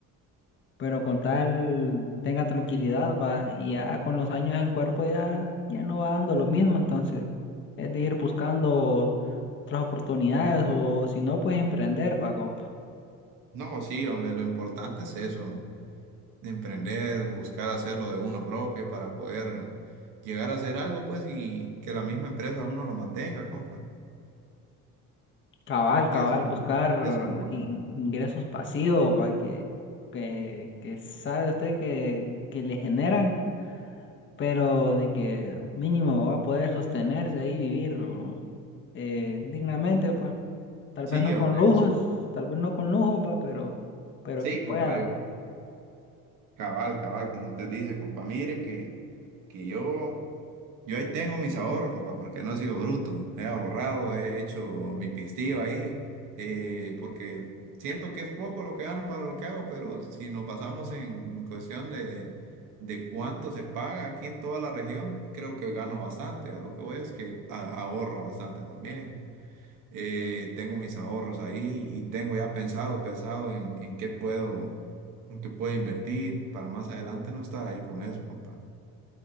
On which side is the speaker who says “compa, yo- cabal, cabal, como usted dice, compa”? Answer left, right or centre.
Right